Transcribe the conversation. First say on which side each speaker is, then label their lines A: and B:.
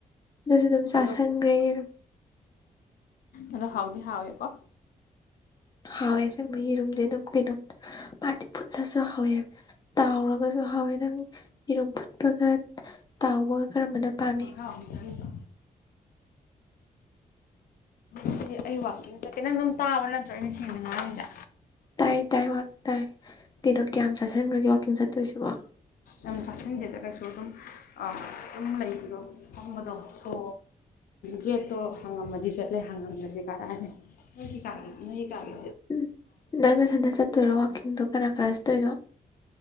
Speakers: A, on the left; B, on the left.
A: ꯑꯗꯨꯁꯨ ꯑꯗꯨꯝ ꯆꯥꯁꯟꯈ꯭ꯔꯦ
B: ꯑꯗꯣ
A: ꯌꯦꯔꯨꯝ
B: ꯑꯗꯣ ꯍꯥꯎꯗꯤ ꯍꯥꯎꯋꯦꯀꯣ
A: ꯍꯥꯎꯋꯦ ꯑꯁꯦꯡꯕ ꯌꯦꯔꯨꯝꯁꯦ ꯑꯗꯨꯝ ꯀꯩꯅꯣꯝ ꯃꯥꯗꯤ ꯐꯨꯠꯂꯁꯨ ꯍꯥꯎꯋꯦ ꯇꯥꯎꯔꯒꯁꯨ ꯍꯥꯎꯋꯦ ꯅꯪ ꯌꯦꯔꯨꯝ ꯐꯨꯠꯄꯒ ꯇꯥꯎꯕꯒ ꯀꯔꯝꯕꯅ ꯄꯥꯝꯃꯤ
B: ꯃꯈꯥ ꯑꯃꯨꯛ ꯆꯪꯉꯤꯗꯣ ꯑꯗꯨ ꯑꯩ ꯋꯥꯛꯀꯤꯡꯁꯈꯤ ꯅꯪ ꯑꯗꯨꯝ ꯇꯥꯕ ꯅꯠꯇ꯭ꯔꯣ ꯑꯩꯅ ꯁꯦꯡꯗ ꯉꯥꯔꯁꯤꯡꯁꯦ
A: ꯇꯥꯏ ꯇꯥꯏ ꯋꯥ ꯇꯥꯏ ꯀꯩꯅꯣ ꯀꯌꯥꯝ ꯆꯥꯁꯟꯈ꯭ꯔꯒꯦ ꯋꯥꯛꯀꯤꯡ ꯆꯠꯇꯣꯏꯁꯤꯕꯣ
B: ꯌꯥꯝ ꯆꯥꯛꯁꯤꯟꯖꯦꯗ ꯀꯩꯁꯨ ꯑꯗꯨꯝ ꯑꯗꯨꯝ ꯂꯩꯕꯗꯣ ꯐꯪꯕꯗꯣ ꯁꯣ ꯒꯦꯠꯇꯣ ꯍꯪꯉꯝꯃꯗꯤ ꯆꯠꯂꯦ ꯍꯪꯉꯝꯗꯗꯤ ꯀꯥꯔꯛꯑꯅꯤ ꯅꯣꯏꯒꯤ ꯀꯥꯒꯤ ꯅꯣꯏꯒꯤ ꯀꯥꯒꯤ
A: ꯎꯝ ꯅꯪ ꯅꯊꯟꯗ ꯆꯠꯇꯣꯏꯔꯣ ꯋꯥꯋꯥꯛꯀꯤꯡꯗꯣ ꯀꯅꯥ ꯀꯅꯥ ꯆꯠꯇꯣꯏꯅꯣ